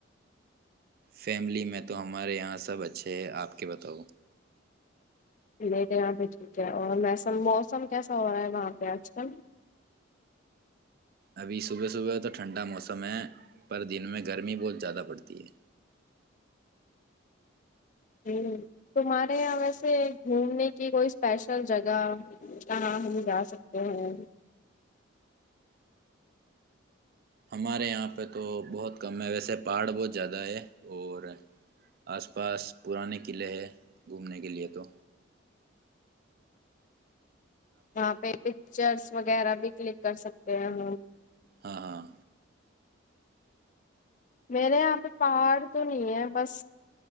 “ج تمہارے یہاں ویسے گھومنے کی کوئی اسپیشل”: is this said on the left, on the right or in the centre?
Left